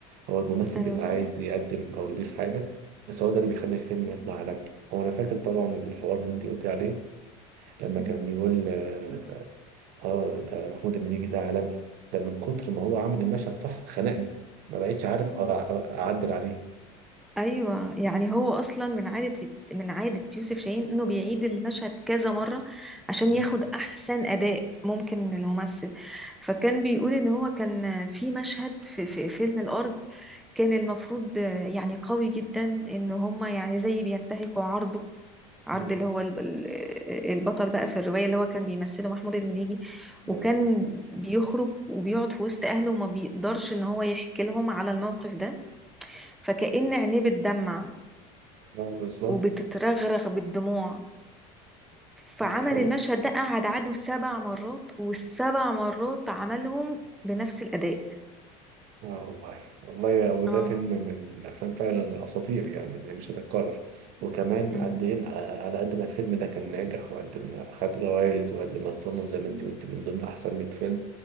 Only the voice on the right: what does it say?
هو الممثل
بيبقى
عايز يقدم أو يضيف حاجة بس هو ده اللي بيخلي الفيلم يطلع عالمي هو أنا فاكر طبعا الحوار اللي أنت قلت عليه لما
كان بيقول آه آه، ده محمود المليجي ده عالمي ده من كتر ما هو عمل المشهد صح خنقني ما بقيتش عارف أع- أعدل عليه
مم.
مم.
ايوه
آه، بالظبط
دي حقيقة
اه والله والله يا- وده
فيلم من الافلام فعلا الاساطير يعني اللي مش هتتكرر وكمان
قد ايه ما- على قد ما الفيلم ده كان ناجح وقد ما خد جوائز وقد ما اتصنف زي ما انت قلت من ضمن احسن 100 فيلم